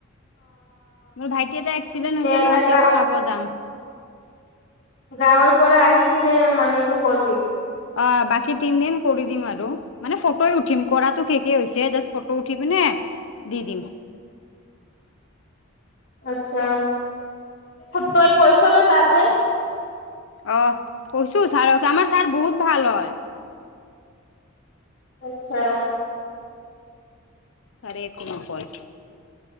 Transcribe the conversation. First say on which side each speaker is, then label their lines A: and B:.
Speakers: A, on the left; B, on the left.
A: মোৰ ভাইটি এটা এক্সিডেণ্ট
B: তে
A: হৈছে ন সিয়াক
B: গাঁও
A: চাব যাম।
B: গাঁৱৰ পৰা আহি কিনে মানে তোৰ কৰবি।
A: অ বাকী তিনদিন কৰি দিম আৰু। মানে, ফটোৱে উঠিম, কৰাটো শেষেই হৈছে, জাষ্ট ফটো উঠি পিনে, দি দিম।
B: আচ্ছা! তই কৈছ ন' তাতে?
A: অ কৈছো ছাৰক আমাৰ ছাৰ বহুত ভাল হয়।
B: আচ্ছা।
A: ছাৰে একো নকয়।